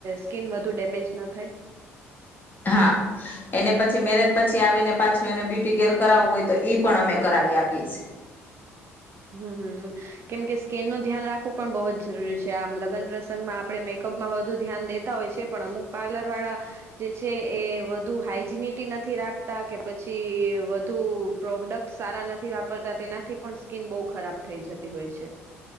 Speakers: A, on the right; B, on the left.
A: સ્કીિન વધુ ડેમેજ ન થાય
B: હા એને પછી મેરેજ પછી આવીને પાછું એને બ્યુટી કેર કરાવવું હોય તો ઈ પણ અમે કરાવી આપીએ છે.
A: હમમ કેમકે સ્કીનનું ધ્યાન રાખવું પણ બહુ જ જરૂરી છે, આમ લગ્ન પ્રસંગમાં આપણે મેકઅપમાં વધુ ધ્યાન દેતા હોય છે, પણ અમુક પાર્લર વાળા જે છે, એ વધુ હાઈ જીનિટી નથી રાખતા કે પછી વધુ પ્રોડક્ટ સારા નથી વાપરતા તેનાથી પણ સ્કીન બહુ ખરાબ થઈ જતી હોય છે.